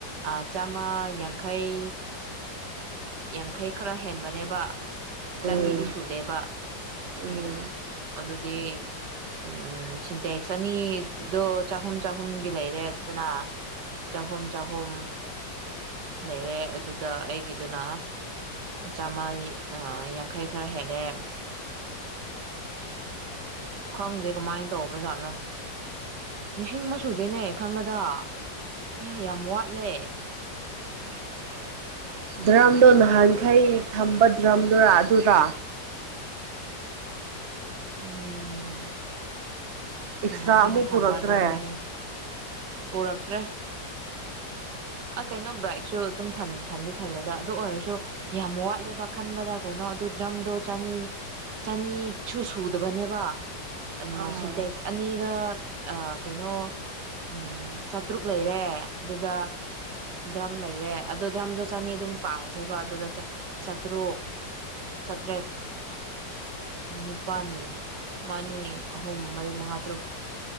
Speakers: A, on the right; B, on the right.
A: ꯑ ꯆꯥꯃ ꯌꯥꯡꯈꯩ ꯌꯥꯡꯈꯩ ꯈꯔ ꯍꯦꯟꯕꯅꯦꯕ
B: ꯎꯝ
A: ꯆꯅꯤꯗꯤ ꯁꯨꯗꯦꯕ
B: ꯎꯝ
A: ꯑꯗꯨꯗꯤ <unintelligible> ꯁꯤꯟꯇꯦꯛꯁ ꯑꯅꯤ ꯗꯣ ꯆꯍꯨꯝ ꯆꯍꯨꯝꯒꯤ ꯂꯩꯔꯦ ꯑꯗꯨꯅ ꯆꯍꯨꯝ ꯆꯍꯨꯝ ꯂꯩꯔꯦ ꯑꯗꯨꯗ ꯑꯩꯒꯤꯗꯨꯅ ꯆꯥꯝꯃ ꯌꯥꯡꯈꯩ ꯈꯔ ꯍꯦꯜꯂꯦ ꯈꯪꯗꯦ ꯀꯃꯥꯏꯟ ꯇꯧꯕꯖꯥꯠꯅꯣ ꯂꯤꯁꯤꯡ ꯑꯃ ꯁꯨꯗꯦꯅꯦ ꯈꯟꯕꯗ ꯑꯌꯥ ꯌꯥꯝ ꯋꯥꯠꯂꯦ
B: <inaudible> ꯗ꯭ꯔꯝꯗꯣ ꯅꯍꯥꯟꯈꯩ ꯊꯝꯕ ꯗ꯭ꯔꯝꯗꯨꯔꯥ ꯑꯗꯨꯔ
A: ꯎꯝ
B: ꯑꯦꯛꯁꯇ꯭ꯔꯥ
A: ꯉꯍꯥꯟꯈꯩ
B: ꯑꯃꯨꯛ
A: <unintelligible> ꯊꯝꯕ
B: ꯄꯨꯔꯛꯇ꯭ꯔꯦ
A: ꯗ꯭ꯔꯝꯗꯨꯅꯦ ꯄꯨꯔꯛꯇ꯭ꯔꯦ ꯑ ꯀꯩꯅꯣ ꯕ꯭ꯔꯥꯏꯠꯁꯨ ꯑꯗꯨꯝ ꯊꯟ ꯊꯟꯗꯤ ꯊꯜꯂꯦꯗ ꯑꯗꯨ ꯑꯣꯏꯔꯁꯨ ꯌꯥꯝ ꯋꯥꯠꯂꯦꯕ ꯈꯟꯕꯗ ꯀꯩꯅꯣ ꯑꯗꯨ ꯗ꯭ꯔꯝꯗꯣ ꯆꯅꯤ ꯆꯅꯤꯁꯨ ꯁꯨꯗꯕꯅꯦꯕ ꯑꯗꯨꯅ
B: ꯑꯥ
A: ꯁꯤꯟꯇꯦꯛꯁ ꯑꯅꯤꯗ ꯑꯥ ꯀꯩꯅꯣ ꯎꯝ ꯆꯥꯇ꯭ꯔꯨꯛ ꯂꯩꯔꯦ ꯑꯗꯨꯗ ꯗ꯭ꯔꯝ ꯂꯩꯔꯦ ꯑꯗꯨꯠ ꯗ꯭ꯔꯝꯗ ꯆꯅꯤ ꯑꯗꯨꯝ ꯄꯥꯔꯁꯦꯕ ꯑꯗꯨꯗ ꯆꯥꯇ꯭ꯔꯨꯛ ꯆꯥꯇ꯭ꯔꯦꯠ ꯅꯤꯄꯥꯜ ꯃꯥꯅꯤ ꯑꯍꯨꯝ ꯃꯔꯤ ꯃꯉꯥ ꯇꯔꯨꯛ